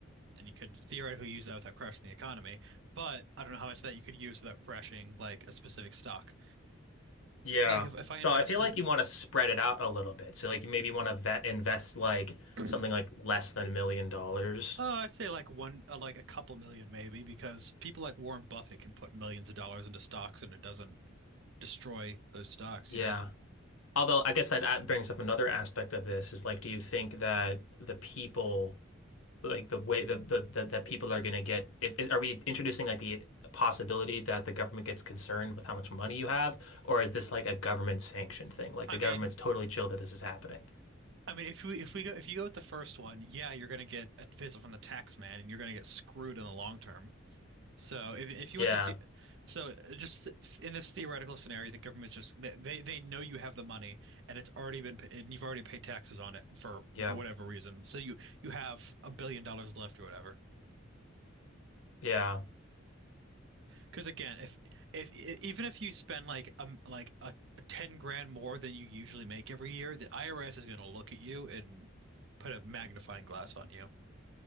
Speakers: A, on the right (about 60°); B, on the left (about 80°).
A: and you could theoretically use that without crashing the economy. But I don't know how much of that you could use without crashing like a specific stock.
B: Yeah.
A: Like if, if I
B: So
A: invested
B: I feel like you want to spread it out a little bit. So like you maybe want to vet invest like
A: <clears throat>
B: something like less than a million dollars.
A: Oh, I'd say like one, uh, like a couple million maybe, because people like Warren Buffett can put millions of dollars into stocks and it doesn't destroy those stocks,
B: Yeah.
A: you know?
B: Although I guess that brings up another aspect of this is like, do you think that the people, like the way the, the, the that people are going to get, is- are we introducing like the possibility that the government gets concerned with how much money you have, or is this like a government sanctioned thing? Like
A: I
B: the
A: mean,
B: government's totally chill that this is happening.
A: I mean, if we if we go if you go with the first one, yeah, you're gonna get a visit from the tax man, and you're gonna get screwed in the long term. So if if you
B: Yeah,
A: want to see, so just in this theoretical scenario, the government's just they they they know you have the money, and it's already been pa- and you've already paid taxes on it for whatever
B: yeah,
A: reason. So you you have a billion dollars left or whatever.
B: yeah,
A: Because again, if, if i- even if you spend like um like a 10 grand more than you usually make every year, the IRS is going to look at you and put a magnifying glass on you.